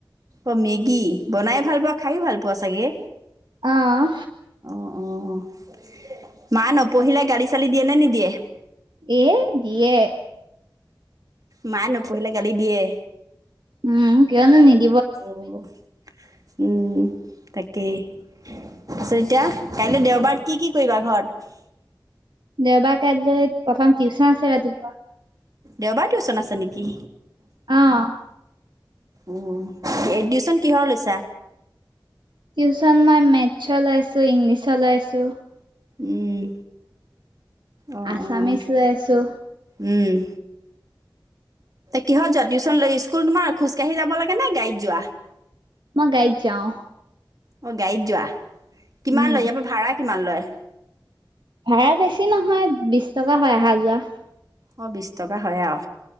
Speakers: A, on the right; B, on the right.
A: অ', মেগী বনাই ভাল পোৱা, খায়ো ভাল পোৱা চাগে?
B: অহ।
A: অ', অ', মা নপঢ়িলে গালি চালি দিয়ে নে নিদিয়ে?
B: এ, দিয়ে।
A: মায় নপঢ়িলে গালি দিয়ে।
B: উম, কিয়নো নিদ
A: অ', উম, তাকেই। পাছত এতিয়া কাইলৈ দেওবাৰত কি, কি কি কৰিবা ঘৰত?
B: দেওবাৰ কাইলৈ প্ৰথম টিউচন আছে ৰাতিপুৱা।
A: দেওবাৰ টিউচন আছে নেকি?
B: অ'।
A: অ', টিউচন কিহৰ লৈছা?
B: টিউচন মই মেথছ লৈছোঁ, ইংলিছ লৈছোঁ।
A: উম। অ',
B: আছামিছ
A: অ',
B: লৈ আছো,
A: উম। কিহত যোৱা টিউচন লৈ ইস্কুল তোমাৰ খোজকাঢ়ি যাব লাগে নে, গাড়ীত যোৱা?
B: মই গাড়ীত যাওঁ।
A: অ', গাড়ীত যোৱা। কিমান
B: উম,
A: লয় ইয়াৰ পৰা ভাড়া কিমান লয়?
B: ভাড়া বেছি নহয় বিচ টকা হয়, আহা যোৱা।
A: অ', বিচ টকা হয়, আও।